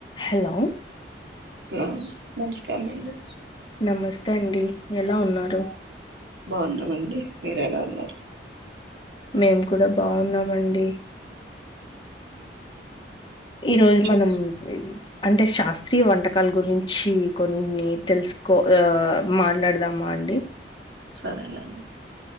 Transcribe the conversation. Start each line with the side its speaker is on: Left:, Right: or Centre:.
Left: Hello
Right: hello నమస్కారం అండి
Left: నమస్తే అండి ఎలా ఉన్నారు
Right: బాగున్నామండి మీరు ఎలా ఉన్నారు
Left: మేము కూడా బాగున్నామండి ఈ రోజు
Right: చెప్
Left: మనం అంటే శాస్త్రీయ వంటకాల గురించి కొన్ని తెలుసుకో ఆ మాట్లాడదామా అండి
Right: సరేనండి